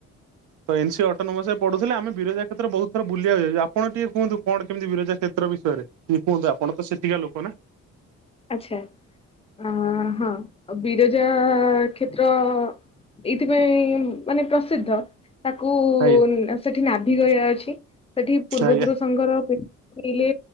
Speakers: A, on the right; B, on the left.
A: ତ ଏନ୍ସି ଅଟନୋମସରେ ପଢୁଥିଲେ ଆମେ ବିରଜା କ୍ଷେତ୍ର ବହୁତଥର ବୁଲିଆକୁ ଯାଇଛୁ। ଆପଣ ଟିକେ କୁହନ୍ତୁ କଣ କେମିତି ବିରଜା କ୍ଷେ ତ୍ର ବିଷୟରେ ନି କୁହନ୍ତୁ ଆପଣ ତ ସେଇଠିକା ଲୋକ ନା।
B: ଆଚ୍ଛା ଆଁ ହଁ ଆଉ ବିରଜା ଆଃ କ୍ଷେତ୍ର ଏଇଥିପାଇଁ ମାନେ ପ୍ରସିଦ୍ଧ ତାକୁ
A: ଆଜ୍ଞା
B: ସେଇଠି ନାଭି ଗୟା ଅଛି। ସେଇଠି ପୂର୍ବପୁରୁଷଙ୍କର
A: ଆଜ୍ଞା
B: ପି ପଇଲେ